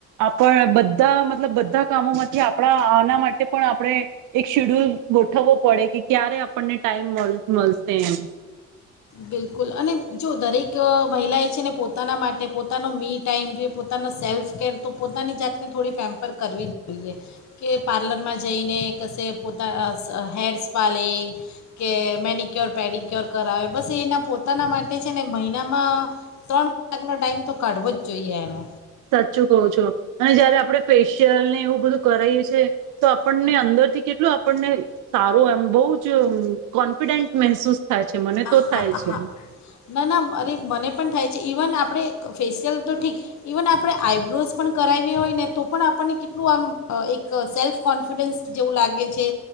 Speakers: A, on the right; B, on the left.
A: આપણ બ ધા મતલબ બધા કામોમાંથી આપ આપણા આના માટે પણ આપણે એક શેડ્યુલ ગોઠવવો પડે કે ક્યારે આપણને ટાઈમ મલ મલશે એમ.
B: બિલકુલ, અને જો દરેક મહિલાએ છે ને પોતાના માટે પોતાનો મી ટાઈમ, જે પોતાનો સેલ્ફકેર તો પોતાની જાતને થોડી પેમ્પર કરવી જ જોઈએ કે પાર્લરમાં જઈને કશે પોતા હૈરસ્પા લે, કે મેનિક્યોર પેડિક્યોર કરાવે બસ એના પોતાના માટે છે ને મહિનામાં ત્રણ કલાકનો ટાઈમ તો કાઢવો જ જોઈએ એણે.
A: સાચું કહું છો, અને જ્યારે આપણે પેશ યલ ને એવું બધું કરાઈએ છે તો આપણને અંદરથી કેટલું આપણને સારું એમ બહુ જ કોન્ફિડેન્ટ મહેસૂસ થાય છે મને
B: આ
A: તો
B: હા
A: થાય છે
B: હહા ના ના અરે મને પણ થાય. ઇવન આપણે ફેશિયલ તો ઠીક ઇવન આપણે આઈબ્રોઝ પણ કરાવી હોય ને તો પણ આપણને કેટલું આમ એક સેલ્ફ કોન્ફિડન્સ જેવું લાગે છે